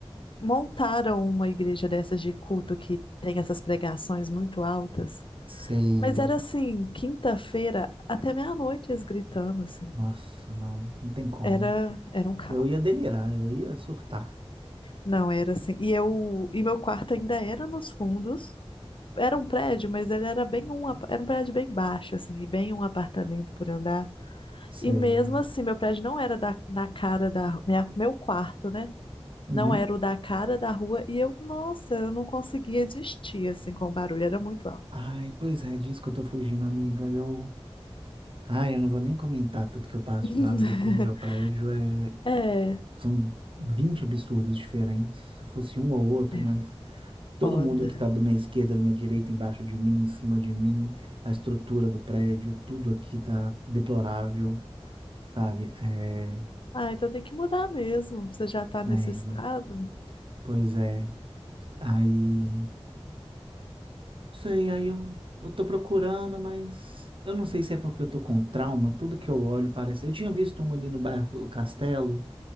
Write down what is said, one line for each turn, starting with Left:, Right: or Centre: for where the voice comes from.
Left: montaram uma igreja dessas de culto que tem essas pregações muito altas.
Right: Sei.
Left: Mas era assim, quinta-feira até meia-noite eles gritando assim.
Right: Nossa, não, não tem como.
Left: Era, era um caos.
Right: Eu ia delirar, eu ia surtar.
Left: Não, era assim. E eu, e meu quarto ainda era nos fundos. Era um prédio, mas ele era bem um, apa- era um prédio bem baixo assim, e bem um apartamento por andar.
Right: Sei.
Left: E mesmo assim, meu prédio não era da, na cara da ru- minha, meu quarto, né?
Right: Uhum.
Left: Não era o da cara da rua e eu, nossa, eu não conseguia existir assim com o barulho, era muito alto.
Right: Ai, pois é, disso que eu tô fugindo, amiga. Eu. Ai, eu não vou nem comentar tudo que eu passo
Left: <laughs>
Right: de barulho aqui no meu prédio. É...
Left: É,
Right: São 20 absurdos diferentes. Se fosse um ou outro,
Left: é
Right: mas todo
Left: foda.
Right: mundo que tá da minha esquerda, da minha direita, embaixo de mim, em cima de mim, a estrutura do prédio, tudo aqui tá deplorável. sabe? É,
Left: Ah, então tem que mudar mesmo. Você já tá
Right: tenho.
Left: nesse estado?
Right: Pois é. Aí, não sei, aí eu, eu tô procurando, mas eu não sei se é porque eu tô com trauma, tudo que eu olho parece. Eu tinha visto um ali no bairro Castelo,